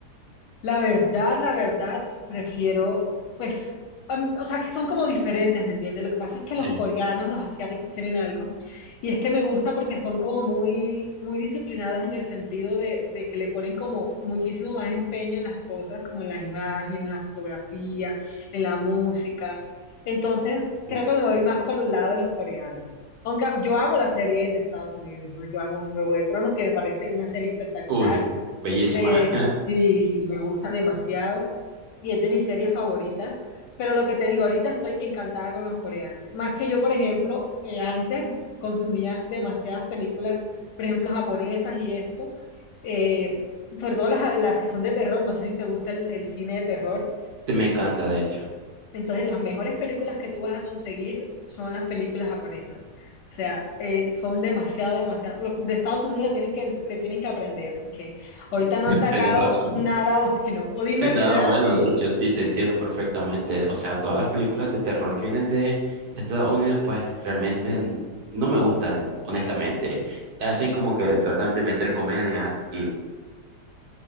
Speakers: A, on the left; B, on the right.
A: La verdad, la verdad, prefiero, pues, am- o sea, que son como diferentes, ¿me entiendes? Lo que pasa es que los
B: Sí.
A: coreanos, los asiáticos tienen algo, y es que me gusta porque son como muy, muy disciplinados en el sentido de, de que le ponen como muchísimo más empeño en las cosas, como en las imágenes, en la fotografía, en la música. Entonces,
B: Sí.
A: creo que me voy más por el lado de los coreanos. Aunque yo amo las series de Estados Unidos, ¿no? Yo amo Juego de Tronos, que me parece una serie espectacular.
B: Cool. Bellísima.
A: Eh,
B: <laughs>
A: sí, sí, me gusta demasiado y es de mis series favoritas, pero lo que te digo, ahorita estoy encantada con los coreanos. Más que yo, por ejemplo, eh, antes consumía demasiadas películas, por ejemplo, japonesas y esto, eh, sobre todo las, las que son de terror, no sé si te gusta el, el cine de terror,
B: Te- Me encanta, de hecho.
A: entonces, las mejores películas que tú vas a conseguir son las películas japonesas. O sea, eh, son demasiado, demasiado. Los de Estados Unidos le tienen que, le tienen que aprender porque ahorita no han sacado
B: Tenés razón.
A: nada <laughs> bueno. O dime
B: <laughs> Nada
A: si no es
B: bueno,
A: así.
B: de hecho, sí, te entiendo perfectamente. O sea, todas las películas de terror que vienen de Estados Unidos, pues realmente n- no me gustan, honestamente. Hacen como que le tratan de meter comedia y...